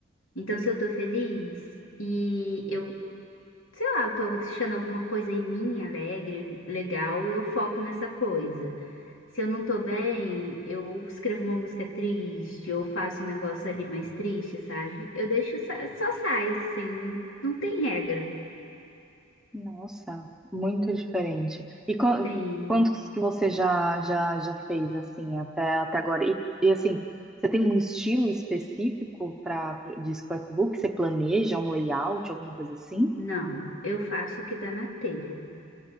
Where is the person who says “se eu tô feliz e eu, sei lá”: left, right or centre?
Left